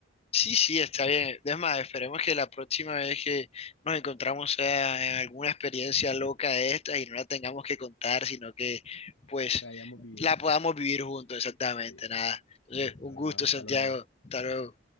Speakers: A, on the left; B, on the left.
A: Sí, sí, está bien. Es más, esperemos que la próxima vez que nos encontramos sea en alguna experiencia loca de estas y no la tengamos que contar, sino que pues
B: que hayamos vivido.
A: la podamos vivir juntos, exactamente,
B: Sí,
A: nada. Entonces,
B: listo,
A: un
B: nada,
A: gusto,
B: hasta
A: Santiago.
B: luego.
A: Hasta luego.